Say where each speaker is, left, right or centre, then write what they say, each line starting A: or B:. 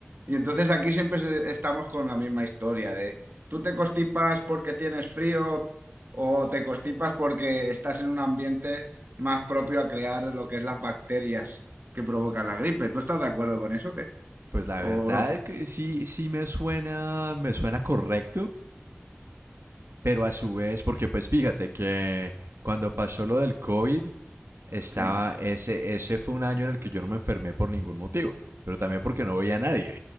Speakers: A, on the right; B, on the right.
A: Y entonces aquí siempre se- estamos con la misma historia de tú te constipas porque tienes frío o te constipas porque estás en un ambiente más propio a crear lo que es las bacterias que provocan la gripe. ¿Tú estás de acuerdo con eso, o qué?
B: pues la
A: ¿O
B: verdad
A: no?
B: que sí, sí me suena, me suena correcto. Pero a su vez, porque pues fíjate que cuando pasó lo del COVID, estaba
A: Sí.
B: ese, ese fue un año en el que yo no me enfermé por ningún motivo, pero también porque no veía a nadie.